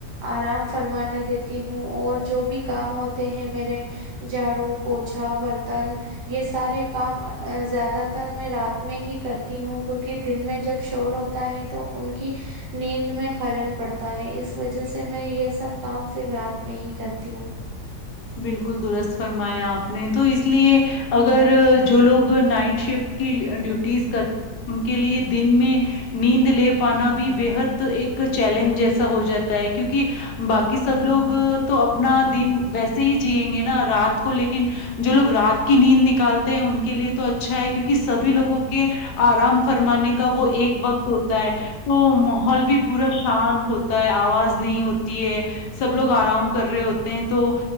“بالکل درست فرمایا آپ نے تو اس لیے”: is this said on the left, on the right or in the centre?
Left